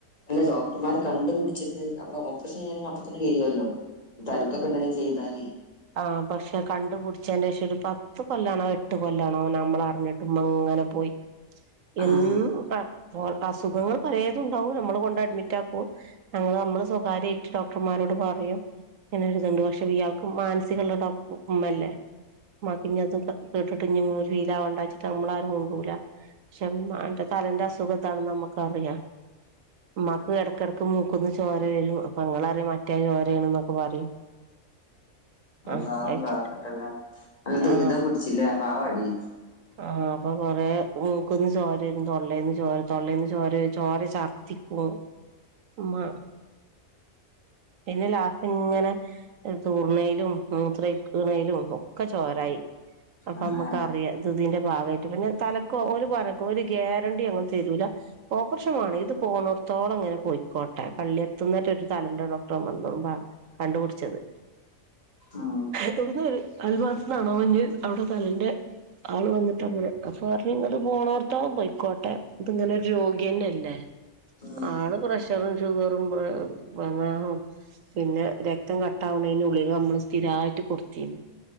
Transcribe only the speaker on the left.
അല്ല ഡോക്ടർമാർ കണ്ടു പിടിച്ചിട്ട് അപ്പൊ ഓപ്പറേഷൻ ചെയ്യണെങ്കിൽ അപ്പ തന്നെ ചെയ്യുമല്ലോ തലക്കൊക്കെ എന്തെങ്കിലും ചെയ്താല്
ആഹ്
അള്ളാഹു
കാക്കട്ടെ ല്ലേ നല്ല ദുരിതം
പിടിച്ചില്ലേ പാവടി.
അള്ളാ
ഉം
ഉം